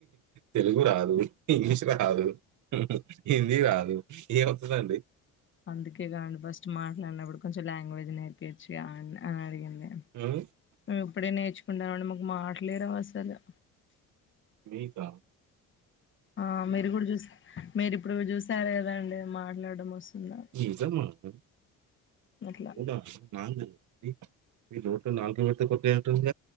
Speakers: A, on the right; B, on the left.
A: తెలుగు రాదు, ఇంగ్లీషు రాదు హిందీ రాదు ఏమవుతుందండి
B: అందుకేగా ఫస్ట్ మాట్లాడినప్పుడు. కొంచెం లాంగ్వేజ్ నేర్పియచ్చ్గా అని అడిగింది
A: ఉమ్,
B: ఇప్పుడే నేర్ చెప్పండి మేడమ్ మాకు మాటలేరావసలు.
A: అకా <unintelligible>
B: ఆ మీరు కూడా చూసా మీరిప్పుడు చూసారు కదా అండి మాట్లాడడం వస్తుందా
A: ఇజ మ <unintelligible>
B: అట్లా
A: రోట్ నాలుగు మీ కొట్ంటక